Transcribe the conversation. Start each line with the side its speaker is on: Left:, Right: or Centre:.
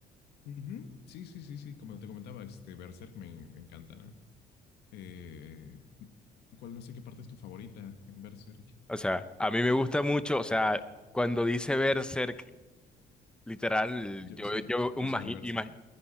Left: ujú, sí, sí, sí, sí, como te comentaba, este Berserk me, me encanta, ¿no? Eh, ¿cuál no sé qué parte es tu favorita en Berserk?
Centre: O sea, a mí me gusta mucho, o sea, cuando dice Berserk Literal,
Left: Yo
Centre: yo,
Left: soy,
Centre: yo
Left: yo
Centre: imagi-
Left: soy el Berserk.
Centre: imagi-